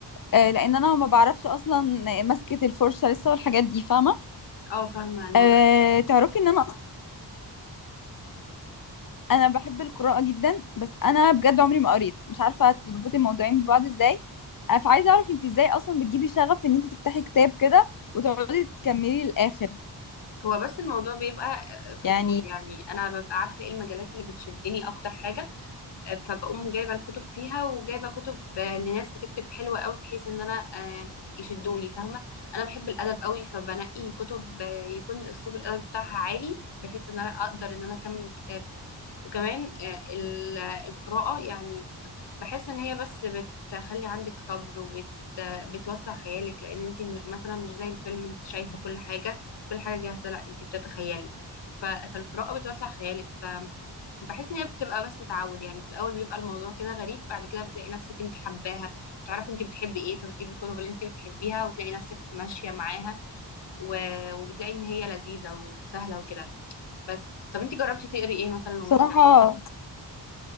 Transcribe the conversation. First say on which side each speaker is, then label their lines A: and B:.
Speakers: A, on the left; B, on the left.
A: آه، لان انا ما بعرفش اصلا مسكه الفرشه لسه والحاجات دي فاهمه
B: اه فاهمه الموضوع
A: آه، تعرفي ان انا انا بحب القراءة جدا بس انا بجد عمري ما قريت مش عارفة تربطي الموضوعين ببعض ازاي أنا فعايزة اعرف انت ازاي اصلا بتجيبي شغف ان انت تفتحي كتاب كده وتقعدي تكملي للاخر
B: هو بس الموضوع بيبقى فضول
A: يعني
B: يعني انا ببقى عارفه ايه المجالات اللي بتشدني اكتر حاجه فبقوم جايبه الكتب فيها وجايبه كتب آه، لناس بتكتب حلوه قوي بحيث ان انا آه، يشدوني فاهمه انا بحب الادب قوي فبنقي كتب آه، يكون الاسلوب الادب بتاعها عالي بحيث ان انا اقدر ان انا اكمل الكتاب وكمان آه، ال- القراءه يعني بحس ان هي بس بتخلي عندك صبر وبت بتوسع خيالك لان انت مثلا مش زي الفيلم انت شايفه كل حاجه كل حاجه جاهزه لا انت بتتخيلي ف... فالقراءه بتوسع خيالك بحس ان هي بتبقى بس تعود يعني في الاول بيبقى الموضوع كده غريب بعد كده بتلاقي نفسك انت حباها بتعرفي انت بتحبي ايه فبتجيبي الكتب اللي انت بتحبيها وتلاقي نفسك ماشيه معاها و... وبتلاقي ان هي لذيذه وسهله وكده بس طب انت جربتي تقري ايه مثلا
A: بصراحة
B: ومن فعل